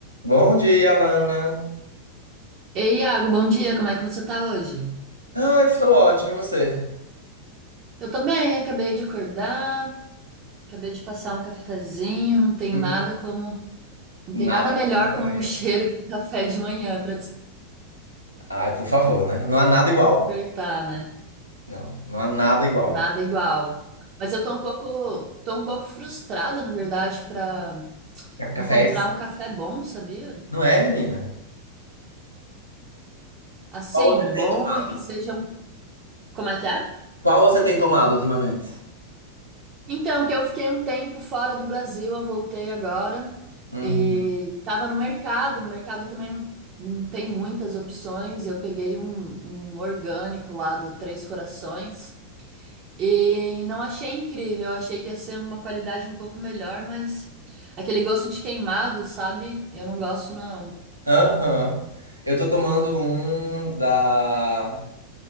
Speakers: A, on the right; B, on the right.
A: Bom dia, Alana.
B: Ei, Iago, bom dia, como é que você tá hoje?
A: Ah, eu estou ótimo, e você?
B: Eu tô bem, acabei de acordar, acabei de passar um cafezinho, não tem
A: Hum,
B: nada como, não
A: Nada
B: tem nada melhor
A: como café.
B: como
A: negro.
B: um <laughs> cheiro de café de manhã pra
A: Ai, por favor, né? Não há nada igual.
B: despertar, né?
A: Não, não há nada igual.
B: Nada igual. Mas eu tô um pouco, tô um pouco frustrada, na verdade, pra
A: É, cafés?
B: encontrar um café bom, sabia?
A: Não é, menina?
B: Assim,
A: Qual você
B: bom
A: tem tomado,
B: e que seja um, como é que é?
A: Qual você tem tomado ultimamente?
B: Então, que eu fiquei um tempo fora do Brasil, eu voltei agora
A: Uhum.
B: e tava no mercado. No mercado também não, não tem muitas opções. Eu peguei um, um orgânico lá do Três Corações e não achei incrível. Eu achei que ia ser uma qualidade um pouco melhor, mas aquele gosto de queimado, sabe? Eu não gosto, não.
A: Aham. Eu tô tomando um da.